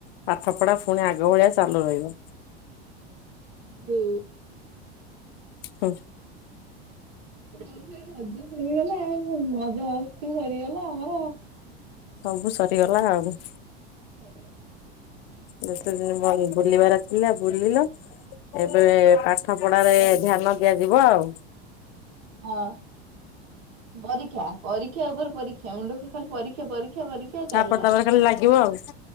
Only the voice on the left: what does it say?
ପାଠ ପଢା ପୁଣି ଆଗ ଭଳିଆ ଚାଲୁ ରହିବ।
ହୁଁ
ସବୁ ସରିଗଲା ଆଉ।
ଯେତେ ଦିନ ବ ବୁଲିବାର ଥିଲା ବୁଲିଲ। ଏବେ ପାଠ ପଢାରେ
ଧ୍ୟାନ ଦିଆଯା ଯିବ ଆଉ।
ତାପରେ
ତାପରେ ଖାଲି ଲାଗିବ ଆଉ